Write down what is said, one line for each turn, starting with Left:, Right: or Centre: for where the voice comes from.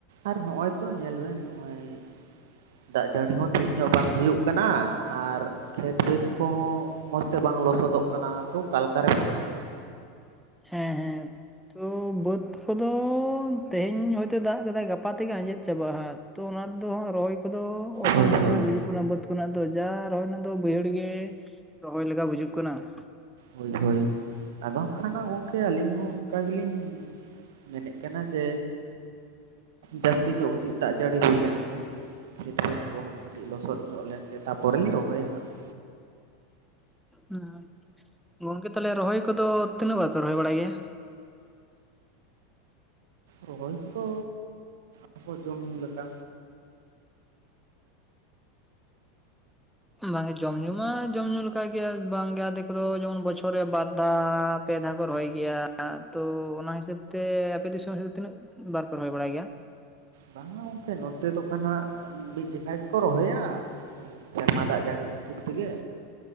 Right: ᱟᱨ ᱱᱚᱜᱼᱭ ᱛᱚ ᱧᱮᱞ ᱵᱮᱱ ᱱᱚᱜᱼᱚᱭ ᱫᱟᱜ ᱡᱟᱹᱲᱤ ᱦᱚᱸ ᱴᱷᱤᱠ ᱧᱚᱜ ᱵᱟᱝ ᱦᱩᱭᱩᱜ ᱠᱟᱱᱟ ᱟᱨ ᱠᱷᱮᱛ ᱠᱷᱮᱛ ᱠᱚᱦᱚᱸ ᱢᱚᱸᱡᱽ ᱛᱮ ᱵᱟᱝ ᱞᱚᱥᱚᱫᱚᱜ ᱠᱟᱱᱟ ᱛᱚ ᱠᱟᱞᱠᱟ ᱨᱮᱢᱮ ᱨᱚᱦᱚᱭᱟ
Centre: ᱦᱮᱸ ᱦᱮᱸ ᱛᱚ ᱵᱟᱹᱫ ᱠᱚᱫᱚ ᱛᱮᱦᱮᱧ ᱦᱚ ᱫᱟᱜ ᱠᱮᱫ ᱟᱭ ᱜᱟᱯᱟ ᱛᱮᱜᱮ ᱟᱡᱮᱫ ᱪᱟᱵᱟᱜᱼᱟᱦᱟᱛᱚ ᱚᱱᱟ ᱨᱮᱫᱚ ᱦᱜ ᱨᱚᱦᱚᱭ ᱠᱚᱫᱚ ᱚᱥᱚᱢᱵᱷᱚᱵ
Right: ᱦᱳᱭ ᱦᱳᱭ
Centre: ᱜᱮ ᱵᱩᱡᱩᱜ ᱠᱟᱱᱟᱟᱹ ᱠᱷᱚᱱᱟᱜ ᱫᱚ ᱡᱟ ᱨᱚᱦᱚᱭ ᱨᱮᱱᱟᱜ ᱫᱚ ᱵᱟᱹᱭᱦᱟᱹᱲ ᱜᱮ ᱨᱚᱦᱚᱭ ᱞᱮᱠᱟ ᱵᱩᱡᱷᱟ. ᱜ ᱠᱟᱱᱟ ᱾
Right: ᱦᱳᱭ ᱦᱳᱭ ᱟᱫᱚ ᱠᱷᱟᱱ ᱜᱚᱢᱠᱮ ᱟᱹᱞᱤᱧ ᱦᱚᱸ ᱚᱱᱠᱟ ᱜᱮᱞᱤᱧ ᱢᱮᱱᱮᱫ ᱠᱟᱱᱟ ᱡᱮ ᱡᱟᱹᱥᱛᱤ ᱧᱚᱜ ᱠᱟᱹᱴᱤᱡ ᱫᱟᱜ ᱡᱟᱹᱲᱤ ᱦᱩᱭ ᱞᱮᱱ ᱜᱮ ᱠᱷᱮᱛ ᱵᱟᱹᱫᱽ ᱠᱚᱦᱚᱸ ᱠᱟᱹᱴᱤᱡ ᱞᱚᱥᱚᱫ ᱧᱚᱜ ᱞᱮᱱᱜᱮ ᱛᱟᱨᱯᱚᱨᱮ ᱞᱮ ᱨᱚᱦᱚᱭᱟ ᱦᱟᱸᱜ ᱾
Centre: ᱦᱩᱸ ᱜᱚᱝᱠᱮ ᱛᱟᱦᱚᱞᱮ ᱨᱚᱦᱚᱭ ᱠᱚᱫᱚ ᱛᱤᱱᱟᱹᱜ ᱵᱟᱨ ᱯᱮ ᱨᱚᱦᱚᱭ ᱵᱟᱲᱟᱭ ᱜᱮᱭᱟ?
Right: ᱨᱚᱦᱚᱭ ᱠᱚᱫᱚ ᱟᱵᱚ ᱡᱚᱢ ᱧᱩ ᱞᱮᱠᱟ
Centre: ᱵᱟᱝᱮ ᱡᱚᱢ ᱧᱩ ᱢᱟ ᱡᱚᱢ ᱧᱩ ᱞᱮᱠᱟ ᱜᱮ ᱵᱟᱝᱜᱮ ᱟᱫᱚ ᱡᱮᱢᱚᱱ ᱵᱚᱪᱷᱚᱨ ᱨᱮ ᱵᱟᱨ ᱫᱷᱟᱣ ᱯᱮ ᱫᱷᱟᱣ ᱠᱚ ᱨᱚᱦᱚᱭ ᱜᱮᱭᱟ ᱛᱚ ᱚᱱᱟ ᱦᱤᱥᱟᱹᱵᱽ ᱛᱮ ᱟᱯᱮ ᱫᱤᱥᱚᱢ ᱫᱚ ᱛᱤᱱᱟᱹᱜ ᱵᱟᱨ ᱯᱮ ᱨᱚᱦᱚᱭ ᱵᱟᱲᱟᱭ ᱜᱮᱭᱟ?
Right: ᱵᱟᱝᱟ ᱜᱚᱝᱠᱮ ᱱᱚᱛᱮ ᱫᱚ ᱠᱷᱟᱱᱟᱸᱱᱟᱜ ᱢᱤᱫ ᱡᱚᱠᱷᱟ ᱜᱮᱠᱚ ᱨᱚᱦᱚᱭᱟ ᱾ ᱥᱮᱨᱢᱟ ᱫᱟᱜ ᱡᱟᱹᱲᱤ ᱠᱷᱟᱹᱛᱤᱨ ᱴᱷᱤᱠ ᱛᱮᱜᱮ